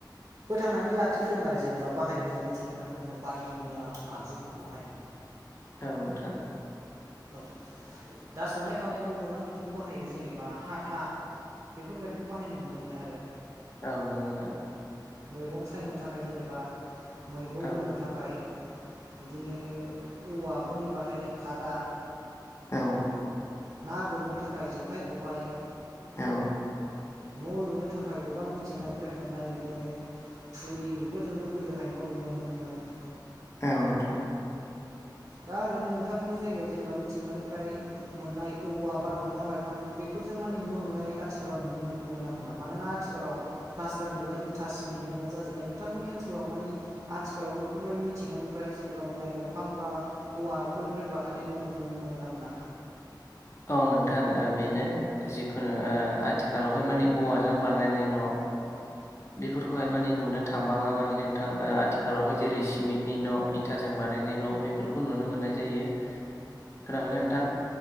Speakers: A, on the right (about 50°); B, on the left (about 35°).
A: फोथांनानै लाखिबोदों आरो जेनेबा बाहायबोदों मिथिंगानिफ्राय बायदि मैया आगजुफोरखौहाय
B: औ नोंथां
A: औ दा संनाय खावनायावबो गोबां बिदिनो बाहायो जेनेबा हाथा बेफोरबायदिखौ बाहायनाय नुनो मोनो आरो
B: औ नंगौ नोंथां
A: मैगं सायनो थाखाय जेनेबा मैगं
B: औ
A: दोननो थाखाय बिदिनो औवाफोरनि बाथायनाय खादा
B: औ
A: ना गुरनो थाखाय जेखाइ खबाय
B: औ
A: न' लुनो थाखाय गोबां मिथिंगानिफ्राय मोननाय बिदिनो थुरि बेफोरजोंबो गोदोहाय न' लुनाय नुनो मोनोमोन
B: औ नोंथां
A: दा ओरैनो नोंथांमोननि जायगायाव जेनेबा मिथिंगानिफ्राय मोननाय औवा बा दंफां लाइफां बेफोर जों मानि न' लुनाय आथिखालाव नुनो मोन ना मोना मानोना आथिखालाव प्लासटारनिबा इथा सिमेन्टनि न' जोब्बाय नोंथांमोननि ओनसोलाव मानि आथिखालावबो बेफोरबायदि मिंथिंगानिफ्राय जेनेबा मोननाय दं दंफां बा औवाफोरनिफ्राय बथायनाय न' नुुनो मोनो ना मोना
B: औ नोंथां बेनो जिखुनु आथिखालावहाय मानि औवाजों बानायनाय न' बेफोरखौहाय माने नुनो थांबांला माने नोंथां आथिखालावहाय जेरै सिमेन्टनि न' इथाजोंबा बानायनाय न' बेफोरखौ नुनो मोननाय जायो खोनाबायना नोंथां